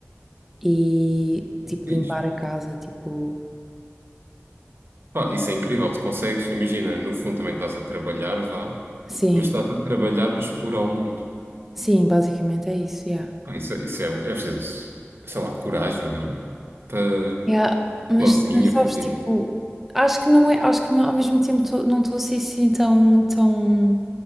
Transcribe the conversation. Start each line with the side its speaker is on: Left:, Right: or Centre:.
Centre: e
Right: que
Centre: tipo
Right: fixe.
Centre: limpar a casa, tipo,
Right: Pá, isso é incrível. Tu consegues, imagina, no fundo também estás a trabalhar, vá,
Centre: sim,
Right: mas estás a trabalhar para explorar o mundo.
Centre: sim, basicamente é isso, yeah.
Right: Pá, isso, é, isso é é preciso, sei lá, coragem, não? Para
Centre: Yeah, mas,
Right: sozinha
Centre: mas sabes,
Right: fazer
Centre: tipo, acho que não é, acho que ao mesmo tempo tô- não estou assim, assim tão, tão